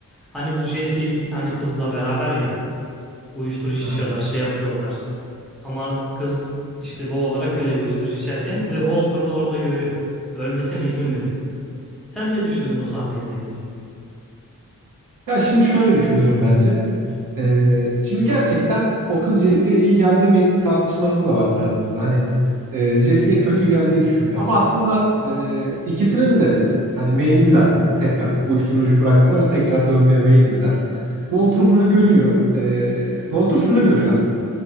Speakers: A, in the centre; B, on the right (about 75°).
A: Hani bu Jesse bir tane kızla beraber ya uyuşturucu içiyorlar,
B: Ee,
A: şey yapıyorlar. Ama kız işte boğularak ölüyor uyuşturucu içerken ve Walter da orada görüyor. Ölmesine izin veriyor. Sen ne düşündün o sahneyi izleyince?
B: Ya şimdi şöyle düşünüyorum bence. Ee, şimdi gerçekten o kız Jesse'ye iyi geldi mi tartışması da var biraz burada. Hani e, Jesse'ye kötü geldiği düşünülüyor. Ama aslında e, ikisinin de hani meyilli zaten tekrar uyuşturucuyu bıraktılar ama tekrar dönmeye meyilliler. Walter bunu görüyor. Ee, Walter şunu görüyor aslında.